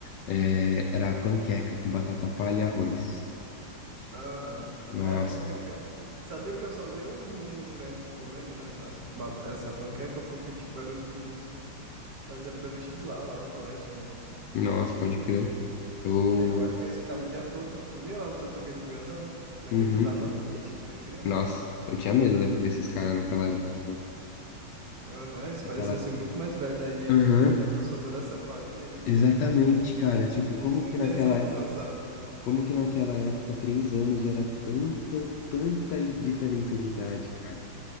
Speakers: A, on the left; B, on the right.
A: é, era panqueca com batata palha e arroz.
B: Aham.
A: Nossa,
B: É, porque tinha. Sabia que eu só via os meninos grandes comendo nessa ba- essa panqueca, porque, tipo, eram os meninos que faziam pré-vestibular lá no colégio também.
A: nossa, pode crer. Eu,
B: É Que aí eu acho que eles ficavam o dia todo. Tu via lá o tanto aqueles grandão? Naquele.
A: uhum,
B: Na nossa. Ixi, antigamente.
A: nossa, eu tinha medo daqui desses caras naquela época, velho.
B: Aham, eles pareciam
A: Aquela,
B: ser muito mais velhos, né? E,
A: aham,
B: tipo, a gente já passou por essa fase e a gente
A: exatamente,
B: nem vê.
A: cara, tipo,
B: A
A: como
B: gente não
A: que
B: tem
A: naquela,
B: essa visão, sabe?
A: como que naquela época, três anos era tanta, tanta diferença de idade, cara.